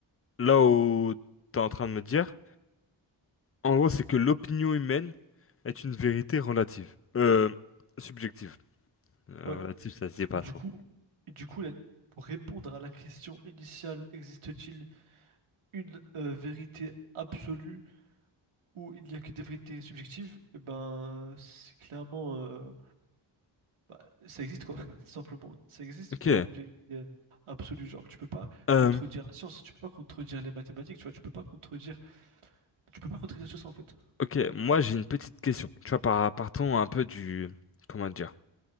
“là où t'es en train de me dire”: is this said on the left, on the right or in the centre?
Left